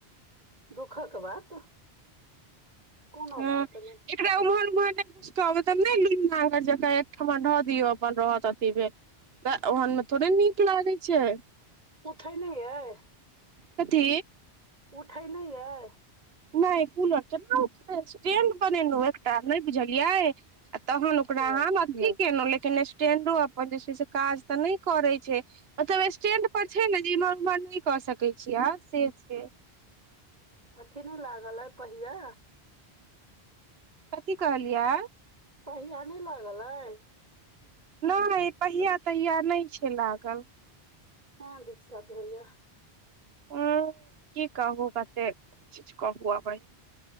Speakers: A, on the right (about 40°); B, on the right (about 70°).
A: दुःखक बात कोनो
B: ह
A: बात नहि
B: एकरा उमहर एमहर कहबै तब नहि लू म जकाँ एकठमा ऽ दियौ अपन रहत अथी भेल ओहन में थोड़े नीक लागे छै
A: उठे नै यैय
B: कथी
A: उठै नहि अइ
B: नहि कूलर केना उठत स्टैंड बनेलहुँ एकटा नहि बुझलियै तहन ओकरा
A: च-
B: हम अथी केेलहु लेकिन स्टेंडो अपन जे छै से काज तऽ नहि करै छै मतलब स्टैंड पर छै ने जे इम्हर उम्हर नहि कऽ सकैत छियै आ से छै
A: अथि नहि लागल पहिया
B: कथी कहलियै
A: पहिया नहि लागल अै
B: नहि पहिया तहिया नहि छै लागल
A: हँ दिक्षथ होइयै
B: हू की कहू कते चीज कहू आब अहिं